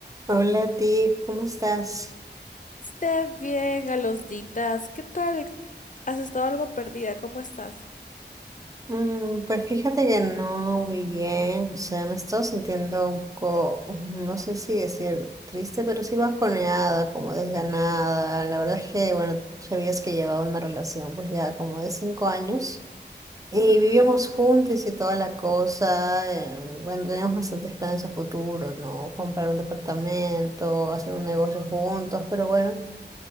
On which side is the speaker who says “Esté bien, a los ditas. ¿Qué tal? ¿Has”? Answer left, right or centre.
Left